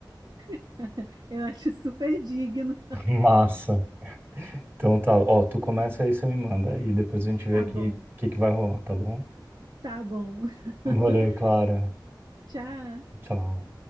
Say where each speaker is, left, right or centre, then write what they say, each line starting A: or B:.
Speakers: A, on the right; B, on the right.
A: <laughs> Eu acho super digno.
B: <laughs> Massa. Então tá. Ó, tu começa aí, você me manda. E depois a gente vê
A: Tá
B: o que,
A: bom,
B: que que vai rolar, tá bom?
A: tá bom. <laughs>
B: Valeu, Clara.
A: Tchau.
B: Tchau.